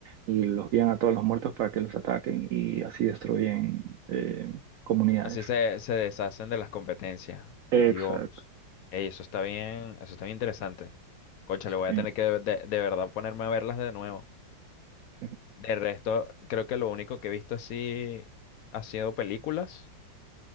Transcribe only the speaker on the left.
Así se, se deshacen de las competencias.
Dios. Ey, eso está bien, eso está bien interesante. Concha, le voy
a tener que de, de verdad ponerme a verlas de nuevo.
De resto, creo que lo único que he visto así ha sido películas.